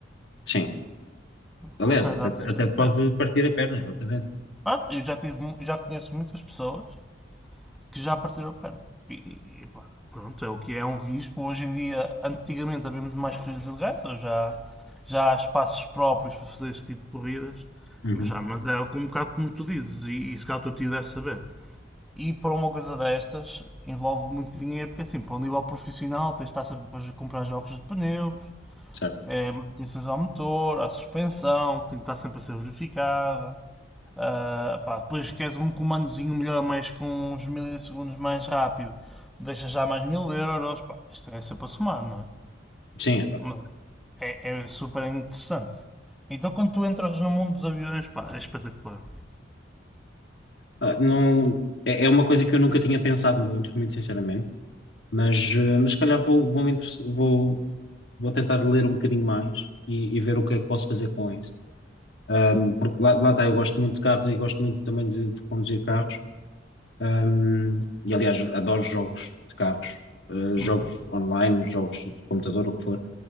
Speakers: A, on the left (about 60°); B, in the centre.
A: Sim.
B: <laughs>
A: Aliás, até,
B: Dá-te cara
A: até
B: de
A: pode
B: pano.
A: partir a perna, exatamente.
B: Pronto, eu já, tive, mu- já conheço muitas pessoas que já partiram o pano. E, e- e pá, pronto, é o que é, é um risco. Hoje em dia, antigamente havia muito mais corridas ilegais, hoje já, já há espaços próprios para fazer este tipo de corridas.
A: Uhum,
B: Mas, já, mas é um bocado como tu dizes, e, e se calhar o teu tio deve saber. E para uma coisa destas envolve muito dinheiro, porque é assim, para um nível profissional tens de estar sempre a comprar jogos de pneus,
A: certo.
B: é manutenções ao motor, à suspensão, que tem que estar sempre a ser verificada. Ah, pá, depois queres um comandozinho melhor, mas com uns milissegundos mais rápido, deixas já mais mil euros. Pá, isto é sempre a somar, não é?
A: Sim, exato.
B: Mas é, é super interessante. Então quando tu entras no mundo dos aviões, pá, é espetacular.
A: Ah, não, é, é uma coisa que eu nunca tinha pensado muito, muito sinceramente, mas, eh, mas se calhar vou, vou, me interess- vou, vou tentar ler um bocadinho mais e, e ver o que é que posso fazer com isso. Ahm, porque lá, lá está, eu gosto muito de carros e gosto muito também de, de conduzir carros, Um, e aliás, adoro jogos de carros, uh, jogos
B: Uhum.
A: online, jogos de computador, o que for.